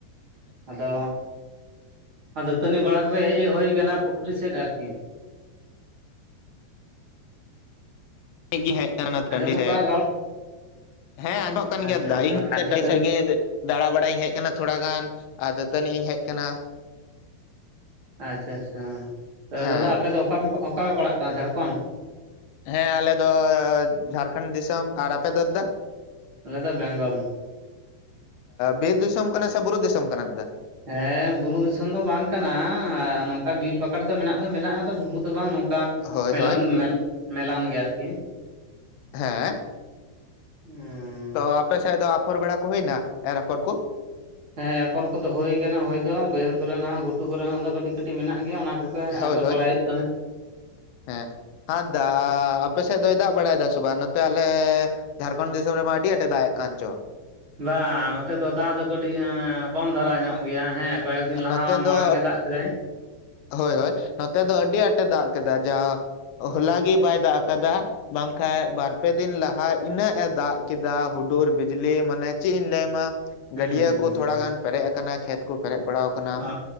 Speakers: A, on the right; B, on the left.
A: ᱟᱫᱚ ᱟᱨ ᱫᱟᱹᱛᱟᱹᱱᱤ ᱵᱟᱲᱟ ᱠᱚ ᱜᱮ ᱦᱮᱡ ᱦᱳᱭ ᱟᱠᱟᱱᱟ ᱯᱩᱠᱷᱨᱤ ᱥᱮᱫ ᱟᱨᱠᱤ
B: ᱦᱮᱡ ᱜᱮ ᱦᱮᱡ ᱟᱠᱟᱱᱟ
A: ᱟᱸᱡᱚᱢᱚᱜ
B: ᱴᱟᱺᱰᱤ ᱨᱮ,
A: ᱠᱟᱱᱟ ᱨᱚᱲ
B: ᱦᱮᱸ <unintelligible> ᱠᱟᱱ
A: ᱟᱪᱪᱷᱟ
B: ᱜᱮᱭᱟ ᱫᱟᱫᱟ
A: ᱟᱪᱪᱷᱟ
B: ᱤᱧ <unintelligible>
A: ᱤᱧᱦᱚᱸ ᱴᱟᱹᱱ
B: ᱫᱟᱲᱟ ᱵᱟᱲᱟᱭᱤᱧ ᱦᱮᱡ ᱟᱠᱟᱱᱟ ᱛᱷᱚᱲᱟ ᱜᱟᱱ, ᱟᱨ ᱫᱟᱹᱛᱟᱹᱱᱤᱜ ᱤᱧ ᱦᱮᱡ ᱟᱠᱟᱱᱟ ᱾
A: ᱟᱪᱪᱷᱟ ᱟᱪᱪᱷᱟ
B: ᱦᱮᱸ
A: ᱫᱟᱫᱟ ᱟᱯᱮ ᱫᱚ ᱚᱠᱟ ᱚᱠᱟ ᱯᱮ ᱯᱟᱲᱟᱜ ᱠᱟᱱᱟ ᱡᱷᱟᱲᱠᱷᱚᱸᱱᱰ?
B: ᱦᱮᱸ ᱟᱞᱮ ᱫᱚ ᱡᱷᱟᱲᱠᱷᱚᱸᱱᱰ ᱫᱤᱥᱚᱢ, ᱟᱨ ᱟᱯᱮ ᱫᱟᱫᱟ?
A: ᱟᱞᱮ ᱫᱚ ᱵᱮᱝᱜᱚᱞ ᱾
B: ᱵᱤᱨ ᱫᱤᱥᱚᱢ ᱠᱟᱱᱟ ᱥᱮ ᱵᱩᱨᱩ ᱫᱤᱥᱚᱢ ᱠᱟᱱᱟ ᱫᱟᱫᱟ?
A: ᱦᱮᱸ ᱵᱩᱨᱩ ᱫᱤᱥᱚᱢ ᱫᱚ ᱵᱟᱝ ᱠᱟᱱᱟ, ᱟᱨ ᱱᱚᱝᱠᱟ ᱵᱤᱨ ᱯᱟᱠᱟᱲ ᱫᱚ ᱢᱮᱱᱟᱜ ᱫᱚ ᱢᱮᱱᱟᱜᱼᱟ ᱛᱚ ᱵᱩᱨᱩ ᱫᱚ ᱵᱟᱝ ᱱᱚᱝ ᱠᱟ
B: ᱦᱳᱭ
A: ᱢᱮᱞᱟᱱ
B: ᱦᱳᱭ
A: ᱢᱮᱞᱟᱱ ᱜᱮ ᱟᱨᱠᱤ,
B: ᱦᱮᱸ ᱾
A: ᱦᱩᱸ ᱾
B: ᱚ ᱟᱯᱮ ᱥᱮᱫ ᱫᱚ ᱟᱯᱷᱚᱨ ᱵᱟᱲᱟ ᱠᱚ ᱦᱩᱭᱱᱟ ᱮᱨ ᱟᱯᱷᱚᱨ ᱠᱚ?
A: ᱦᱮᱸ ᱟᱯᱷᱚᱨ ᱠᱚᱫᱚ ᱦᱩᱭ ᱠᱟᱱᱟ ᱦᱩᱭ ᱫᱚ ᱵᱟᱹᱭᱦᱟᱹᱲ ᱠᱚᱨᱮᱱᱟᱜ ᱦᱚᱸ ᱜᱷᱩᱴᱩ ᱠᱚᱨᱮᱱᱟᱜ ᱫᱚ ᱠᱟᱹᱴᱤᱡ ᱠᱟᱹᱴᱤᱡ ᱢᱮᱱᱟᱜ ᱜᱮᱭᱟ ᱚᱱᱟ ᱠᱚ ᱯᱮ
B: ᱦᱳᱭ
A: ᱟᱠᱚᱨ
B: ᱦᱳᱭ
A: ᱵᱟᱲᱟᱭ ᱦᱩᱭᱩᱜ ᱠᱟᱱᱟ ᱾
B: ᱦᱮᱸ ᱟᱫ ᱫᱟ ᱟᱯᱮ ᱥᱮᱫ ᱫᱚᱭ ᱫᱟᱜ ᱵᱟᱲᱟᱭᱮᱫᱟ ᱥᱮ ᱵᱟᱝ ᱱᱚᱛᱮ ᱟᱞᱮ ᱡᱷᱟᱲᱠᱷᱚᱸᱱᱰ ᱫᱤᱥᱚᱢ ᱨᱮᱢᱟ ᱟᱹᱰᱤ ᱟᱸᱴᱮ ᱫᱟᱜᱮᱜ ᱠᱟᱱ ᱪᱚ
A: ᱵᱟᱝ ᱱᱚᱛᱮ ᱫᱚ ᱫᱟᱜ ᱫᱚ ᱠᱟᱹᱴᱤᱡ ᱠᱚᱢ ᱫᱷᱟᱨᱟ ᱧᱚᱜ ᱜᱮᱭᱟ ᱦᱮᱸ ᱠᱚᱭᱮᱠ ᱫᱤᱱ ᱞᱟᱦᱟ
B: ᱱᱚᱛᱮ
A: ᱢᱟᱲᱟᱝ
B: ᱫᱚ
A: ᱜᱮ ᱫᱟᱜ ᱠᱮᱫᱟᱭ ᱾
B: ᱦᱳᱭ ᱱᱚᱛᱮ ᱫᱚ ᱟᱹᱰᱤ ᱟᱸᱴᱮ ᱫᱟᱜ ᱠᱮᱫᱟ ᱡᱟ ᱦᱚᱞᱟᱜ ᱜᱮ ᱵᱟᱭ ᱫᱟᱜ ᱟᱠᱟᱫᱟ ᱾ ᱵᱟᱝᱠᱷᱟᱱ ᱵᱟᱨᱯᱮ ᱫᱤᱱ ᱞᱟᱦᱟ ᱤᱱᱟᱹᱜ ᱮ ᱫᱟᱜ ᱠᱮᱫᱟ ᱦᱩᱰᱩᱨ ᱵᱤᱡᱽᱞᱤ ᱢᱟᱱᱮ ᱪᱮᱫ ᱤᱧ ᱞᱟᱹᱭᱢᱟ ᱾
A: ᱦᱩᱸ
B: ᱜᱟᱹᱰᱭᱟᱹ
A: ᱦᱩᱸ
B: ᱠᱚ ᱛᱷᱚᱲᱟ ᱜᱟᱱ ᱯᱮᱨᱮᱡ ᱟᱠᱟᱱᱟ ᱠᱷᱮᱛ ᱠᱚ ᱯᱮᱨᱮᱡ ᱵᱟᱲᱟᱣ ᱟᱠᱟᱱᱟ
A: ᱚ